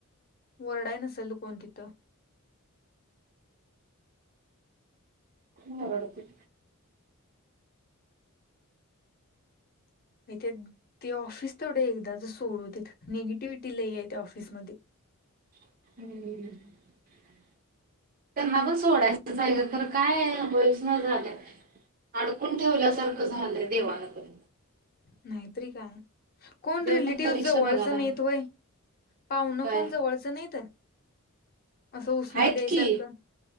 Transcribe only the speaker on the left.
वरडाय नसेल कोण तिथं.
मीते ते ऑफिस तेवढं एकदाच सोडू देत निगेटिविटी लई आहे त्या ऑफिसमध्ये.
नाहीैतरी काय. कोण
रिलेटिव्ह
जवळचं
नाहीत व्हय? पावन
कोण जवळचं नाहीत? असं उसनं
द्यायसारखं